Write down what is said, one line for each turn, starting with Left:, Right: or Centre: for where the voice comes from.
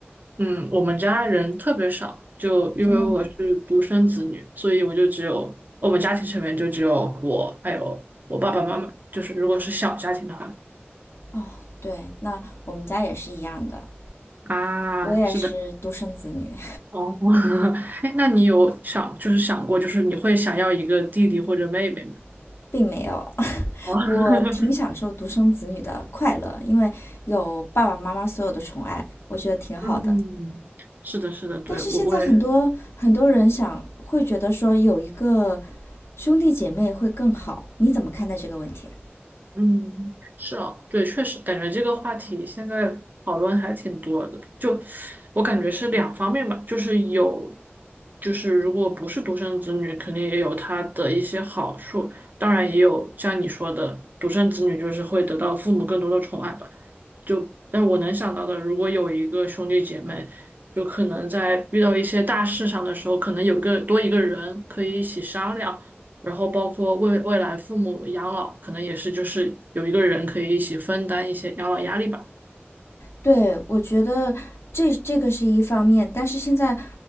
Right: 嗯，我们家人特别少，就因为我是独生子女，
Left: 真的吗？
Right: 所以我就只有我们家庭成员就只有我，还有我爸爸妈妈。就是如果是小家庭的话，
Left: 哦，对，那我们家也是一样的，
Right: 啊，
Left: 我也是独生子女，
Right: 是的，哦，<laughs> 哎，那你有想就是想过，就是你会想要一个弟弟或者妹妹吗？
Left: <laughs> 并没有。<laughs>
Right: <laughs> 哦 <laughs>
Left: 我挺享受独生子女的快乐，因为有爸爸妈妈所有的宠爱，我觉得挺好的。
Right: 嗯，是的，是的，对，
Left: 但是现在很多很多人想会觉得说有一个
Right: 我我也
Left: 兄弟姐妹会更好，你怎么看待这个问题？
Right: 嗯，是啊，对，确实感觉这个话题现在讨论还挺多的。就我感觉是两方面吧，就是有，就是如果不是独生子女，肯定也有他的一些好处，当然也有像你说的，独生子女就是会得到父母更多的宠爱吧。就但我能想到的，如果有一个兄弟姐妹，就可能在遇到一些大事上的时候，可能有一个多一个人可以一起商量。然后包括未未来父母养老，可能也是就是有一个人可以一起分担一些养老压力吧。嗯
Left: 对，我觉得这这个是一方面，但是现在